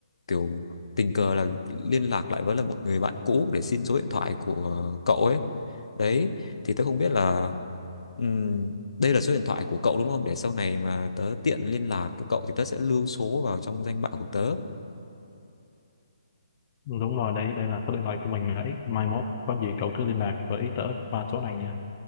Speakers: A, on the left; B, on the left.
A: kiểu tình cờ là liên lạc lại với là một người bạn cũ để xin số điện thoại của cậu ấy đấy thì tớ không biết là ừm, đây là số điện thoại của cậu đúng không để sau này mà tớ tiện liên lạc với cậu thì tớ sẽ lưu số vào trong danh bạ của tớ
B: Đúng rồi, đấy, đây là số điện thoại của mình đấy. Mai mốt có gì cậu cứ liên lạc với tớ qua số này nha.